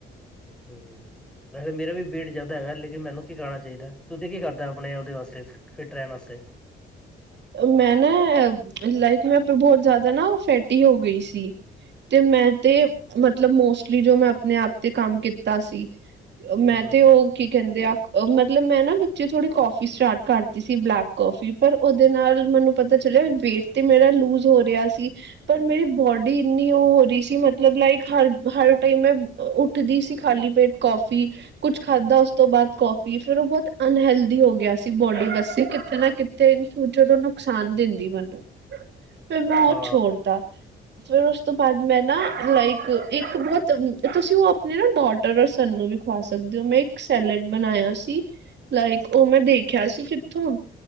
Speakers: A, in the centre; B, on the right.
A: ਹਂ। ਵੈਸੇ ਮੇਰਾ ਵੀ ਵੇਟ ਜ਼ਿਆਦਾ ਹੈਗਾ ਲੇਕਿਨ ਮੈਨੂੰ ਕੀ ਕਰਾਣਾ ਚਾਈਦਾ, ਤੁਸੀਂ ਕੀ ਕਰਦਾ ਆਪਣੇ ਓਦੇ ਵਾਸਤੇ ਫਿਟ ਰੈਣ ਆਸਤੇ।
B: ਮੈਂ ਨਾਂ, ਲਾਈਕ ਮੈਂ ਬੋਹਤ ਜ਼ਿਆਦਾ ਨਾਂ ਫੈਟੀ ਹੋ ਗਈ ਸੀ। ਤੇ ਮੈਂ ਤੇ ਮਤਲਬ ਮੋਸਟਲੀ ਜੋ ਮੈਂ ਆਪਣੇ-ਆਪ ਤੇ ਕੰਮ ਕੀਤਾ ਸੀ।
A: ਹੂੰ
B: ਮੈਂ ਤੇ ਓ ਕੀ ਕੈਂਦੇ ਆ, ਮਤਲਬ ਮੈਂ ਨਾਂ ਵਿੱਚੇ ਥੋੜੀ ਕੋਫੀ ਸਟਾਰਟ ਕਰ ਸੀ ਬਲੈਕ ਕੌਫੀ, ਪਰ ਓਦੇ ਨਾਲ ਮੈਨੂੰ ਪਤਾ ਚੱਲਿਆ ਵੇਟ ਤੇ ਮੇਰਾ ਲੂਜ ਹੋ ਰਿਆ ਸੀ ਪਰ ਮੇਰੀ ਬੋਡੀ ਇੰਨੀ ਓ ਹੋ ਰੀ ਸੀ, ਮਤਲਬ ਲਾਈਕ ਹਰ ਹਰ ਟਾਈਮ ਮੈਂ ਉੱਠਦੀ ਸੀ ਖਾਲੀ ਪੇਟ ਕੌਫੀ ਕੁਛ ਖਾਧਾ ਉਸ ਤੋਂ ਬਾਅਦ ਕੌਫੀ। ਫੇਰ ਓ ਬੋਤ ਅਨਹੈਲਦੀ ਹੋ ਗਿਆ ਸੀ। ਬੋਡੀ ਵਸ ਕਿੱਥੇ ਨਾ ਕਿਥ ਤੇ ਇਨ ਫਿਊਚਰ ਓ ਨੁਕਸਾਨ ਦਿੰਦੀ ਮੈਨੂੰ, ਫੇਰ ਮੈਂ
A: ਹਾਂ
B: ਓ ਛੋੜਤਾ। ਫੇਰ ਉਸ ਤੋਂ ਬਾਅਦ ਮੈਂ ਨਾ ਲਾਈਕ ਇੱਕ ਬੋਤ, ਤੁਸੀਂ ਓ ਆਪਣੇ ਨਾਂ ਡੋਟਰ ਔਰ ਸੰਨ ਨੂੰ ਵੀ ਖਾ ਸਕਦੇ ਓ, ਮੈਂ ਇੱਕ ਸੈੱਲਡ ਬਣਾਇਆ ਸੀ, ਲਾਈਕ ਓ ਮੈਂ ਦੇਖਿਆ ਸੀ ਕਿੱਥੋਂ